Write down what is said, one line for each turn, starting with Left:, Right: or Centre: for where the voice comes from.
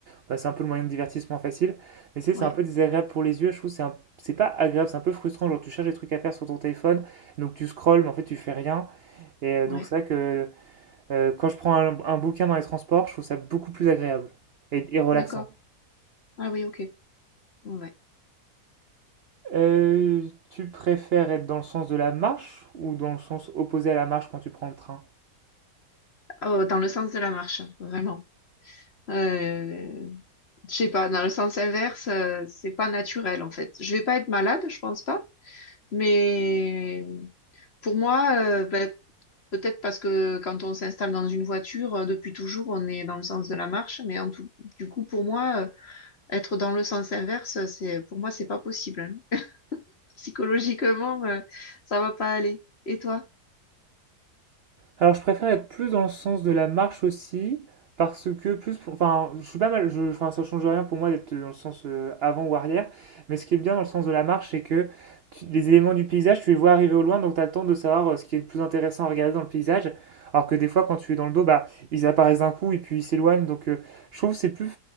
Right: bah, c'est un peu le moyen de divertissement facile. Mais tu sais,
Left: Ouais,
Right: c'est un peu désagréable pour les yeux. Je trouve que c'est un- c'est pas agréable, c'est un peu frustrant. Genre, tu cherches des trucs à faire sur ton téléphone, donc tu scrolles, mais en fait, tu fais rien. Et euh,
Left: ouais.
Right: donc, c'est vrai que Euh, quand je prends un, un bouquin dans les transports, je trouve ça beaucoup plus agréable et, et relaxant.
Left: D'accord. Ah oui, ok. Ouais. ouais.
Right: Euh, tu préfères être dans le sens de la marche ou dans le sens opposé à la marche quand tu prends le train?
Left: Oh, dans le sens de la marche, vraiment. Euh... Je sais pas, dans le sens inverse, euh, c'est pas naturel en fait. Je vais pas être malade, je pense pas, Mais pour moi, euh, ben, peut-être parce que quand on s'installe dans une voiture, euh, depuis toujours, on est dans le sens de la marche. Mais en tout, du coup, pour moi, euh, être dans le sens inverse, c'est, pour moi, c'est pas possible. hein. <laughs> Psychologiquement, euh, ça va pas aller. Et toi?
Right: Alors, je préfère être plus dans le sens de la marche aussi, parce que plus, enfin, je suis pas mal, je, enfin, ça change rien pour moi d'être dans le sens euh, avant ou arrière, mais ce qui est bien dans le sens de la marche, c'est que tu- les éléments du paysage, tu les vois arriver au loin, donc tu as le temps de savoir euh, ce qui est le plus intéressant à regarder dans le paysage, alors que des fois, quand tu es dans le dos, bah, ils apparaissent d'un coup et puis ils s'éloignent, donc euh, je trouve que c'est plus